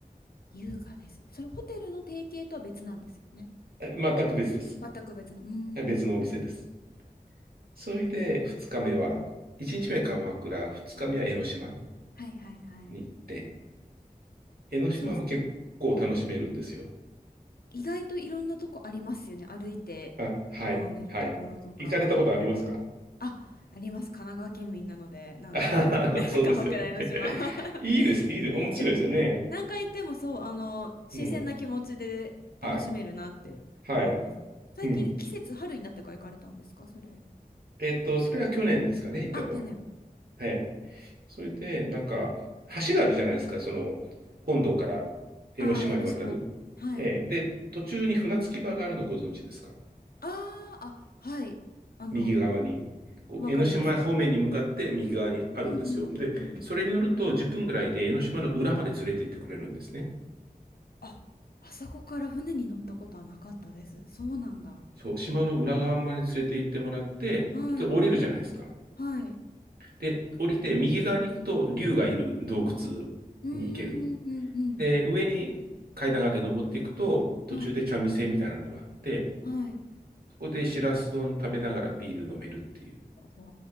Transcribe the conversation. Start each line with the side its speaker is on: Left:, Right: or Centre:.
Left: 優雅ですね。それホテルの提携とは別なんですよね。
Right: え全く別です。
Left: 全く別の。うーん。
Right: はい別のお店です。それで、2日目は、1日目鎌倉、2日目は江ノ島
Left: はいはいはい。
Right: に行って、江ノ島も結構楽しめるんですよ。
Left: それ、意外といろんなとこありますよね。歩いて
Right: あ、はい、
Left: 回れるところとか。
Right: はい。行かれたことありますか
Left: あ、あります。神奈川県民なので、何度も
Right: <laughs> あははそうですよね。
Left: <laughs> 鎌倉江の島は
Right: <laughs> いいです、
Left: <laughs>
Right: いいです、
Left: 行って、
Right: 面白いですよね。
Left: 何回行ってもそう、あの、新鮮な気持ちで楽しめるなって思います。
Right: うん。はい。はい。
Left: 最近季節春になってから行かれたんですか、
Right: うん。
Left: それ。
Right: えっと、それは去年ですかね、行ったのは。
Left: あ、去年。
Right: はい。それで、なんか、橋があるじゃないですか、その、本土から江ノ島に渡る。
Left: ああ、江ノ島。はい。
Right: えーで、途中に船着き場があるのご存知ですか
Left: ああ、あ、はい。あの、
Right: 右側に。こう江ノ島方面に向かって右側にあるんですよ。
Left: わかります。うんうんうんうん。
Right: で、それに乗ると10分ぐらいで江ノ島の裏まで連れて行ってくれるんですね。
Left: あ、あそこから船に乗ったことはなかったです。そうなんだ。
Right: そう、島の裏側まで連れて行ってもらって、
Left: はい。
Right: で降りるじゃないですか。
Left: はい。
Right: で、降りて右側に行くと、竜がいる洞窟に行ける。
Left: うんうんうんうんうん。
Right: で、上に階段があって登っていくと、途中で茶店みたいなのがあって、
Left: はい。はい。
Right: そこでしらす丼食べながらビール飲めるっていう
Left: わ